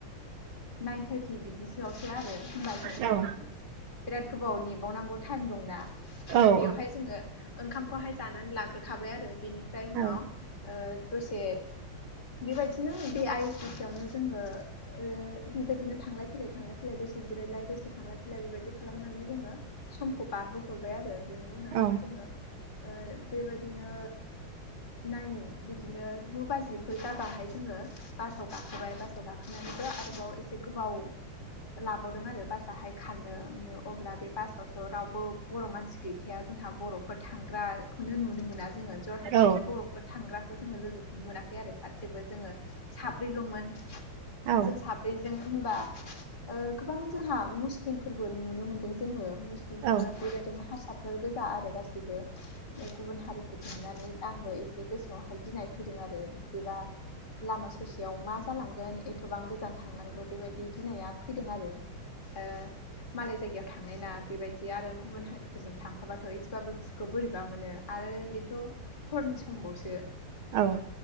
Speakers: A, on the left; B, on the right.
A: नाइन थारटि बिदिसोआवसो आरो होबा जोंथ'।
B: औ
A: बिराद गोबाव नेबावनांगौ थाइम दंना
B: औ
A: बेवहाय जोंङो ओंखामखौहाय। जानानै लाग्रोखाबाय आरो बेनिफ्राय उनाव
B: औ
A: दसे। बेबायदिनो बे आइ एस आवनो जोंङो। बेबायदिनो थांलाय फैलाय थांलाय फैलाय दसे जिरायलाय दसे थांलायाय लोगो बायदि खालामनानै जोंङो समखौ बारहोहरबाय आरो बिनि उनावहाय
B: औ
A: जोङो ओ बेबायदिनो नाइन बिदिनो गु बाजि जाबाहाय जोङो बासाव गाखोबाय बासाव गाखोनानैबो आरोबाव एसे गोबाव लाबावदों आरो बासाहाय खारनो अब्ला बे बास आवथ' रावबो बर' मानसि गैखाया जोंहा बर'फोर थांग्राखौनो नुनो मोना जोङो जरहाट
B: औ
A: थिं बर'फोर थांग्राखौ जोङो लोगोखौनो मोनाखै आरो सासेबो जोङो साब्रैल'मोन
B: औ
A: जों साब्रैजों होमबा ओ गोबां जोंहा मुस्लिमफोरबो नुनो मोनदों जोङो मुस्लिमफोर
B: औ
A: बेबाय दिनो हारसाफोर गोजा आरो गासिबो ओ गुबुन हारिफोरखौ नुनानै आंबो एसे गोसोआवहाय गिनाय फैदों आरो बेबा लामा ससेयाव मा जालांगोन एथ'बां गोजान थांनांगौ बेबायदि गिनाया फैदों आरो ओ मालाय जायगायाव थांनाय ना बेबायदि आरो गुबुन हारि फोरजों थांफाबाथ' एसेबाबो गोसोखौ बोरैबा मोनो आरो बेथ' हरनि समबावसो
B: औ